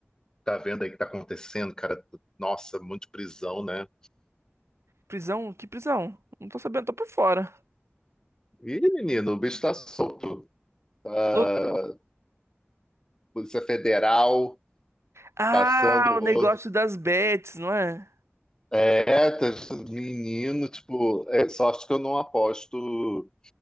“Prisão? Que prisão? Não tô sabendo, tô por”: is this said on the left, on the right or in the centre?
Right